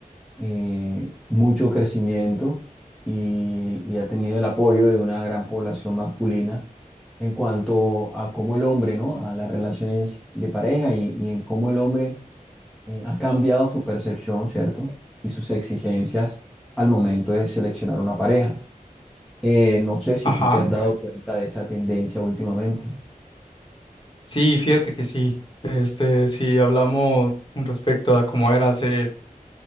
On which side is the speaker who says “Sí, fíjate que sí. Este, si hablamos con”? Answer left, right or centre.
Left